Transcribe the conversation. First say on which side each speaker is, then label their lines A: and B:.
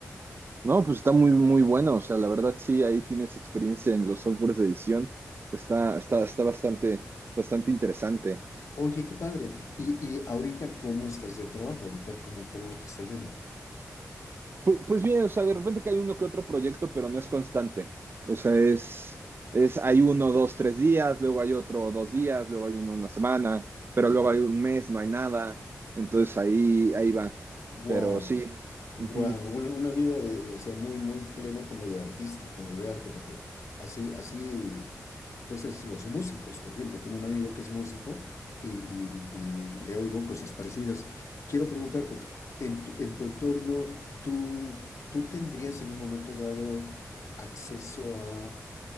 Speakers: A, on the right; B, on the left.
A: No, pues está muy, muy bueno. O sea, la verdad sí, ahí tienes experiencia en los softwares de edición. Está, está, está bastante, bastante interesante.
B: Oye, qué padre. Y, y ahorita, ¿cómo estás de trabajo? Ahorita, ¿cómo, cómo te está yendo?
A: Pues, pues bien, o sea, de repente que hay uno que otro proyecto, pero no es constante. O sea, es, es, hay uno, dos, tres días, luego hay otro, dos días, luego hay uno, una semana, pero luego hay un mes, no hay nada. Entonces ahí, ahí va.
B: Wow,
A: Pero sí,
B: wow,
A: ujú,
B: una, una vida de, de, o sea, muy, muy plena como de artista, como de arte, porque así, así, pues es los músicos, por ejemplo, tengo un amigo que es músico y, y- y le oigo cosas parecidas. Quiero preguntarte, en, tu- en tu entorno, ¿tú, tú tendrías en un momento dado acceso a